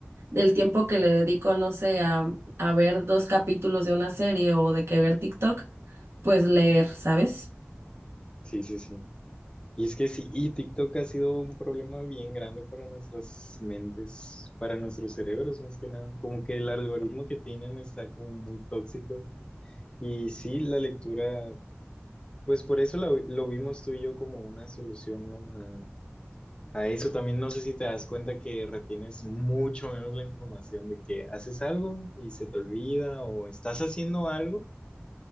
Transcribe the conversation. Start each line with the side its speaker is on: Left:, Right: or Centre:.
Right: del tiempo que le dedico, no sé, a, a ver dos capítulos de una serie o de que ver TikTok, pues leer, ¿sabes?
Left: Sí, sí, sí. Y es que sí, y TikTok ha sido un problema bien grande para nuestras mentes, para nuestros cerebros más que nada. Como que el algoritmo que tienen está como muy tóxico. Y sí, la lectura, pues por eso la- lo vimos tú y yo como una solución, ¿no? A eso también no sé si te das cuenta que retienes mucho menos la información de que haces algo y se te olvida o estás haciendo algo